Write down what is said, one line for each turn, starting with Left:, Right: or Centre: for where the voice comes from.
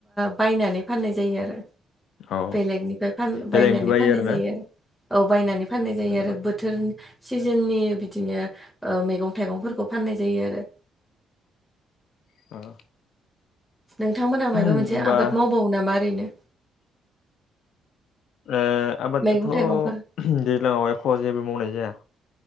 Centre: बायनानै फाननाय जायो आरो।
Left: अ
Centre: बेलेगनिफ्राय फान
Left: बेलेगनिखौ
Centre: बायनानै
Left: बायो
Centre: फाननाय
Left: आरोना
Centre: जायो। औ बायनानै फाननाय जायो
Left: जेनेबा
Centre: आरो बोथोर सिजोननि बिदिनो ओ मैगं थाइगंफोरखौ फाननाय जायो आरो।
Left: <inaudible>
Centre: नोंथांमोनहा मायबा
Left: होमबा
Centre: मोनसे आबाद मावबावो नामा ओरैनो?
Left: ओ आबादखौथ'
Centre: मैगं थाइगंफोर
Left: दैज्लाङाव एख' जेबो मावनाय जाया।